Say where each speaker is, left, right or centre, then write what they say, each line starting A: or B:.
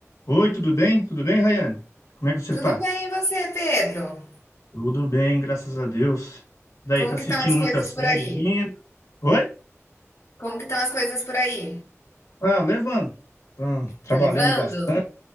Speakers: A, on the left; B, on the left.
A: Oi, tudo bem? Tudo bem, Rayane? Como é que você
B: Tudo
A: está?
B: bem, e você, Pedro?
A: Tudo bem, graças a Deus. Daí,
B: Como
A: tá
B: que
A: assistindo
B: estão as
A: muitas
B: coisas
A: séries
B: por aí?
A: ainda? Oi?
B: Como que estão as coisas por aí?
A: Ah, levando. Tá trabalhando
B: Tá levando?
A: bastante,